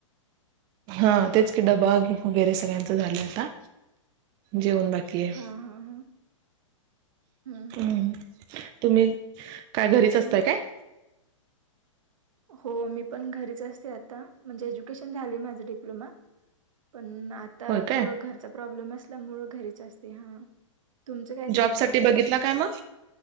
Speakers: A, on the right (about 25°); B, on the right (about 75°).
A: हा तेच की डबा वगैरे सगळ्यांच झालंय आता जेवण बाकी ओके
B: हा हा हा हम्म
A: हम् तुम्ही काय घरीच
B: हम्म.
A: असताय काय
B: हो मी पण घरीच असते आता म्हणजे एज्युकेशन झालय माझ डिप्लोमा पण आता
A: होय काय
B: थोडं घरचा प्रॉब्लेम असल्यामुळं घरीच असते हा तुमचं काय झालं
A: जॉब
B: एज्युकेशन?
A: साठी बघितला काय मग